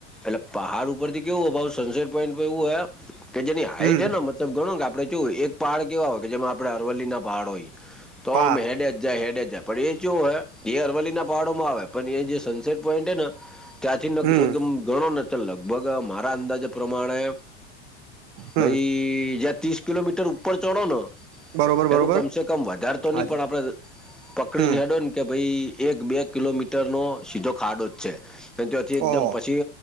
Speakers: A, in the centre; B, on the right.
A: એટલે પહાડ ઉપર થી કેવું ભાવ સનસેટ પોઈન્ટ એવું હો કે જેની હાઈટ
B: હમ
A: હેને ત ગણો કે આપડે જોુ એક પહડ કેવા હોય કે જેમાં આપ અરવલ્લી ના પાડ હોય તો
B: હા
A: આમ હેડે જ જાય હેડે જ જાય પડ એ કેવું હોય એ અરવલ્લી ના પહડોમાં આવે પણ એ જે સનસેટ પોઈન્ટ હે ને ત્યાંથી ન
B: હમ
A: એકદમ ગણો ને લગભગ મારા અંદાજ પ્રમાણે
B: હમ
A: ભાઈ ત્રીસ કિલોમીટર ઉપર ચઢો ને
B: બરોબર બરોબર
A: એનું કમસેે કમ વધારે તો
B: હાજી
A: નહી પણ આપણે પકડીને
B: હમ
A: હેડોને કે ભાઈ એક બે કિલોમીટરનો સીધો ખાડો જ છે અને તેથી એકદમ
B: ઓહો
A: પછી